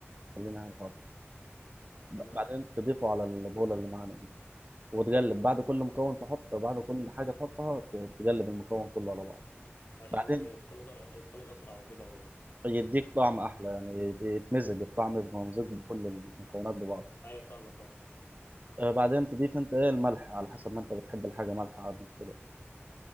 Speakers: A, on the right (about 35°); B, on the left (about 50°).
A: خلينا ناعم خالص ب-
B: تمام
A: بعدين تضيفه على البوله اللي معانا دي وتقلب بعد كل مكون تحط بعد كل حاجه تحطها ت- تقلب المكون كله على بعض
B: عشان
A: بعدين
B: يتخلط يتخلط اسرع وكده و...
A: يديك طعم احلى يعني يتمزج الطعم يبقى ممزوج بكل المكونات ببعض
B: ايوه فاهمك اه
A: آه، بعدين تضيف انت ايه الملح على حسب ما انت بتحب الحاجه مالحه عادي كده